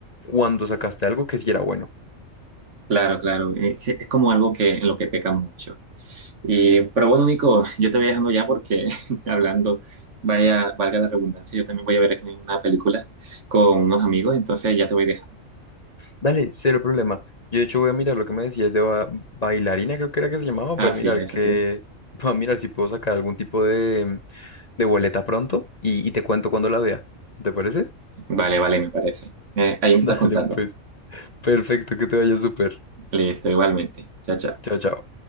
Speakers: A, on the left (about 35°); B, on the right (about 65°).
A: cuando sacaste algo que sí era bueno.
B: claro, claro, es, que es como algo que, en lo que peca mucho. Y, pero bueno, Nico, yo te voy dejando ya porque <laughs> hablando, vaya, valga la redundancia, yo también voy a ver aquí una película con unos amigos, entonces ya te voy dejando.
A: Dale, cero problema. Yo de hecho voy a mirar lo que me decías de ba- bailarina, creo que era que se llamaba. Voy
B: Así
A: a mirar
B: es,
A: que,
B: así es.
A: <laughs> voy a mirar si puedo sacar algún tipo de, de boleta pronto y, y te cuento cuando la vea. ¿Te parece?
B: Vale, vale, me parece. Eh, ahí
A: <laughs>
B: me
A: Dale,
B: estás contando.
A: pues, perfecto, que te vaya súper.
B: Listo, igualmente. Chao, chao.
A: Chao, chao.